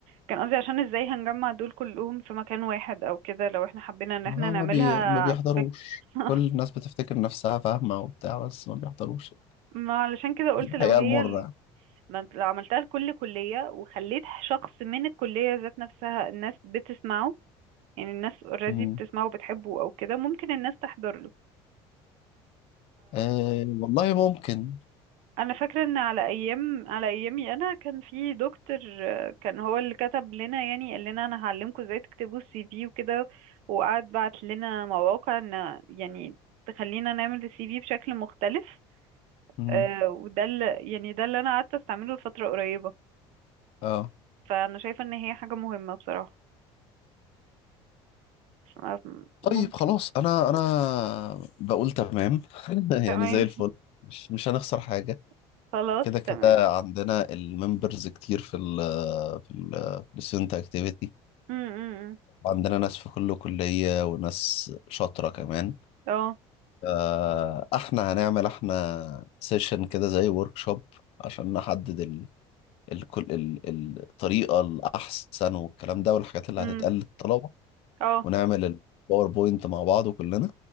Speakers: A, on the right (about 70°); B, on the left (about 55°).
A: كان قصدي عشان ازاي هنجمع دول كلهم في مكان واحد او كده لو احنا حبينا ان
B: ما
A: احنا نعملها
B: ما, بي... ما بيحضروش
A: في <laughs>
B: كل الناس بتفتكر نفسها فاهمة وبتاع بس ما بيحضروش
A: ما علشان كده قلت
B: دي الحقيقة
A: لو هي
B: المرة
A: ال-
B: يعني.
A: ما انت لو عملتها لكل كلية وخليت شخص من الكلية ذات نفسها الناس بتسمعه يعني الناس اوريدي
B: مم.
A: بتسمعه وبتحبه او كده ممكن الناس تحضر له
B: آه والله ممكن
A: انا فاكره ان على ايام على ايامي انا كان في دكتور آه، كان هو اللي كتب لنا يعني قال لنا انا هعلمكم ازاي تكتبوا السي في وكده وقعد بعت لنا مواقع ان يعني تخلينا نعمل السي في بشكل مختلف
B: مم.
A: آه، وده اللي يعني ده اللي انا قعدت استعمله لفتره قريبه
B: اه
A: فانا شايفه ان هي حاجه مهمه بصراحه ف-
B: طيب
A: ممكن
B: خلاص انا انا بقول تمام <laughs>
A: تمام
B: يعني زي الفل مش مش هنخسر حاجة
A: <laughs> خلاص
B: كده كده
A: تمام
B: عندنا الممبرز كتير في ال في ال في الستودنت اكتيفيتي
A: م- م- م.
B: عندنا ناس في كل كلية وناس شاطرة كمان
A: اه
B: آه، احنا هنعمل احنا سيشن كده زي ورك شوب عشان نحدد ال... الكل ال... ال- الطريقة الأحسن والكلام ده والحاجات اللي
A: م.
B: هتتقال للطلبة
A: اه
B: ونعمل الباوربوينت مع بعض كلنا